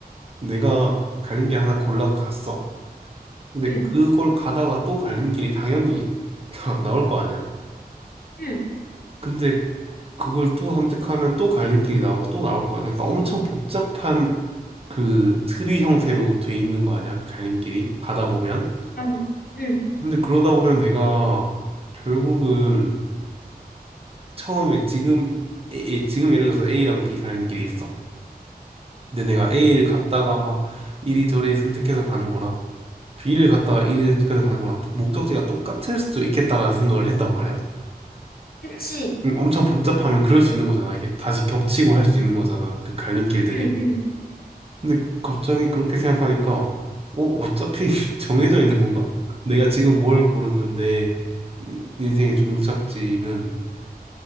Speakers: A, on the right (about 35°); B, on the left (about 70°).
A: 내가 갈림길 하나 골라서 갔어. 근데
B: 응.
A: 그걸 가다가 또 갈림길이 당연히 <laughs> 나올 거 아니야?
B: 응.
A: 근데 그걸 또 선택하면 또 갈림길이 나오고 또 나올 거 아니야? 그러니까 엄청 복잡한 그 트리 형태로 돼 있는 거 아니야? 그 갈림길이 가다 보면.
B: 맞아. 응.
A: 근데 그러다 보면 내가 결국은 처음에 지금 A, A- 지금 예를 들어서 A랑 B 갈림길이 있어. 근데 내가 A를 갔다가 막 이리저리 선택해서 가는 거랑 B를 갔다가 이리저리 선택해서 가는 거랑 또 목적지가 똑같을 수도 있겠다라는 생각을 했단 말이야.
B: 그치.
A: 음, 엄청 복잡하면 그럴 수 있는 거잖아. 이게 다시 겹치고 할 수 있는 거잖아. 그 갈림길들이.
B: 응. 응.
A: 근데 갑자기 그렇게 생각하니까 어, 어차피 <laughs> 정해져 있는 건가? 내가 지금 뭘 고르는데 인- 인생의 종착지는